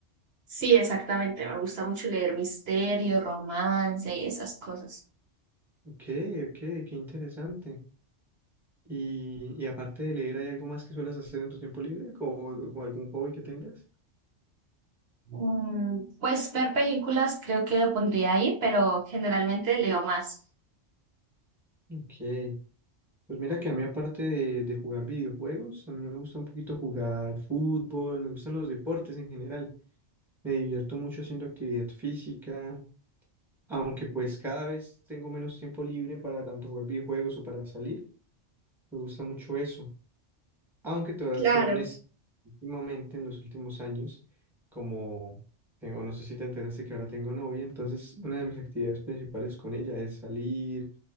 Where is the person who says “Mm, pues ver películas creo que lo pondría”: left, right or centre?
Right